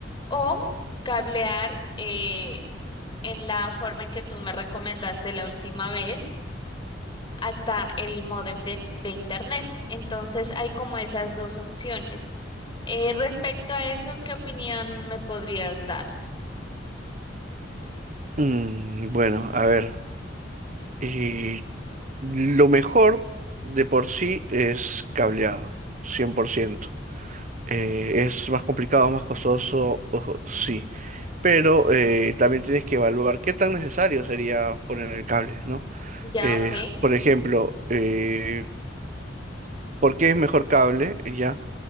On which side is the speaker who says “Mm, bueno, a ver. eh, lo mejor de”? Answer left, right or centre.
Right